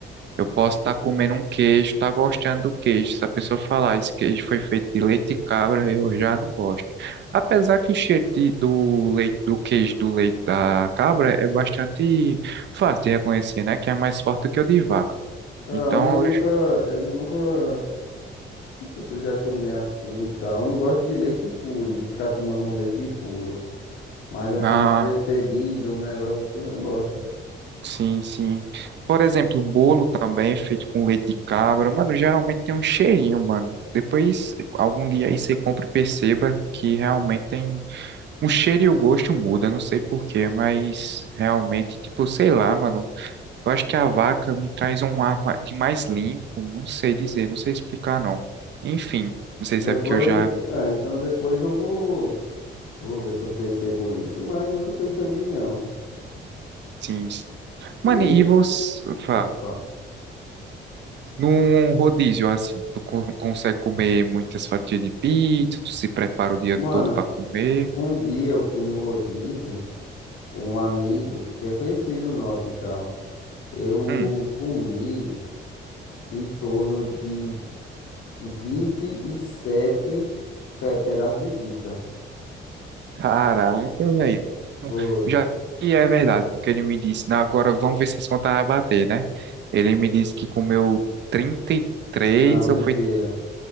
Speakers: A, on the right; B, on the left.
A: Eu posso estar comendo um queijo, estar gostando do queijo. Se a pessoa falar, esse queijo foi feito de leite de cabra, eu já não gosto. Apesar que o cheiro de- do leite, do queijo do leite da cabra é bastante fácil de reconhecer, né? Que é mais forte do que o de vaca.
B: Cara,
A: Então,
B: eu nem nunca.
A: eu j-
B: Eu nunca. Não sei se eu já tomei assim e tal. Eu não gosto de leite puro, de ficar tomando um leite puro. Mas assim,
A: ah,
B: uma vez pedido, um negócio assim, eu gosto.
A: sim, sim. Por exemplo, bolo também é feito com leite de cabra, mano, geralmente tem um cheirinho, mano. Depois, algum dia aí você compra e perceba que realmente tem. O cheiro e o gosto muda, não sei por quê, mas realmente, tipo, sei lá, mano. Eu acho que a vaca me traz um ar ma- de mais limpo, não sei dizer, não sei explicar, não. Enfim, não sei
B: Depois,
A: se é porque eu já,
B: é, então depois eu vou, vou ver se eu percebo isso, mas nunca percebi não.
A: sim. Mano,
B: E,
A: e você, fa-
B: pode falar.
A: num rodízio, assim, tu co- consegue comer muitas fatias de pizza, tu se prepara o dia
B: Mano,
A: todo pra comer.
B: um dia eu fui no rodízio com um amigo que é conhecido nosso e tal. Eu
A: Hum.
B: comi em torno de 27 fe- pedaços de pizza.
A: Caraca, velho.
B: Foi.
A: Já que é verdade, porque ele me disse, "Não, agora vamos ver se as contas vai bater, né? Ele me disse que comeu trinta e três
B: Não, mentira.
A: ou foi,